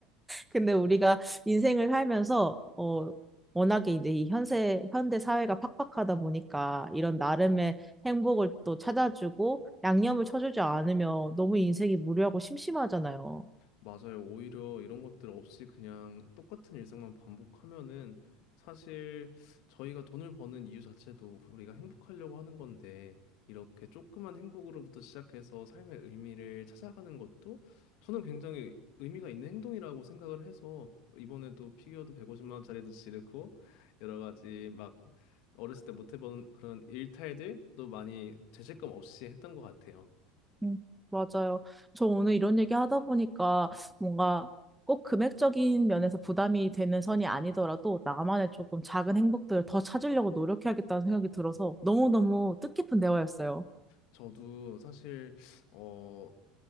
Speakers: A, in the centre; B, on the left.
A: 근데 우리가 인생을 살면서 어 워낙에 이제 이 현세 현대 사회가 팍팍하다 보니까 이런 나름의 행복을 또 찾아주고 양념을 쳐주지 않으면 너무 인생이 무료하고 심심하잖아요.
B: 맞아요. 오히려 이런 것들 없이 그냥 똑같은 일상만 반복하면은 사실 저희가 돈을 버는 이유 자체도 우리가 행복하려고 하는 건데 이렇게 조그만 행복으로부터 시작해서 삶의 의미를 찾아가는 것도 저는 굉장히 의미가 있는 행동이라고 생각을 해서 이번에도 피규어도 150만 원짜리도 지르고 여러 가지 막 어렸을 때 못 해본 그런 일탈들도 많이 죄책감 없이 했던 것 같아요.
A: 음, 맞아요. 저 오늘 이런 얘기 하다 보니까 뭔가 꼭 금액적인 면에서 부담이 되는 선이 아니더라도 나만의 조금 작은 행복들을 더 찾으려고 노력해야겠다는 생각이 들어서 너무너무 뜻깊은 대화였어요.
B: 저도 사실 어